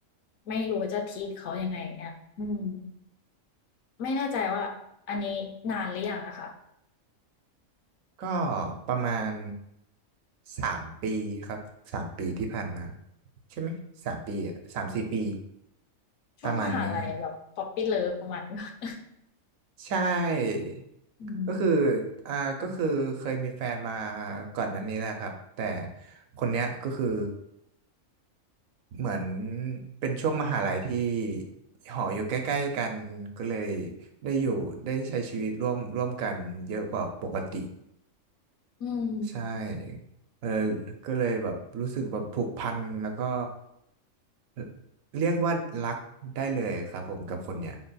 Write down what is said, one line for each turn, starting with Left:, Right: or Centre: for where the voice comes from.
Left: ไม่รู้ว่าจะ treat เขายังไงเงี้ยอืม ไม่แน่ใจว่าอันนี้นานหรือยังอะค่ะ
Right: ก็ประมาณสามปีครับสามปีที่ผ่านมาใช่ไหมสามปีอะสามสี่ปี
Left: ช่วงมหาลัยแบบ
Right: ประมาณนะฮะ
Left: p o p p y Love ประมาณนี้ <laughs>
Right: ใช่
Left: อืม
Right: ก็คืออ่าก็คือเคยมีแฟนมาก่อนนั้นนี้แหละครับแต่คนเนี้ยก็คือเหมือนเป็นช่วงมหาลัยที่หออยู่ใกล้ๆกันก็เลยได้อยู่ได้ใช้ชีวิตร่วมร่วมกันเยอะกว่าปกติ
Left: อืม
Right: ใช่เออก็เลยแบบรู้สึกแบบผูกพันแล้วก็เอ่อเรียกว่ารักได้เลยครับผมกับคนเนี้ย